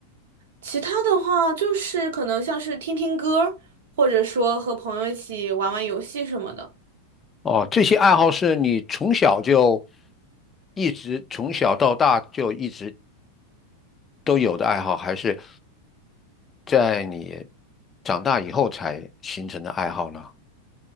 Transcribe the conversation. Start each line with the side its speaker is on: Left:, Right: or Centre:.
Right: 其他的话，就是可能像是听听歌，或者说和朋友一起玩玩游戏什么的。
Left: 哦，这些爱好是你从小就一直从小到大就一直都有的爱好，还是在你长大以后才形成的爱好呢？